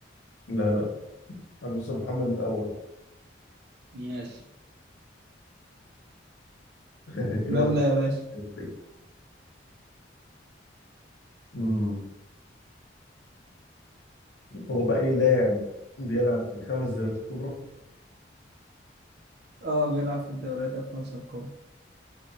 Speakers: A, on the left; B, on the right.
A: لا لا عن مصطفى محمد من الأول
B: ماشي
A: <laughs> كده
B: يلا
A: واحد
B: يا باشا
A: صفر. أمم. هو بقى إيه لاعب بيلعب في الخمس دوريات الكبرى
B: اه بيلعب في الدوريات الخمسة الكبرى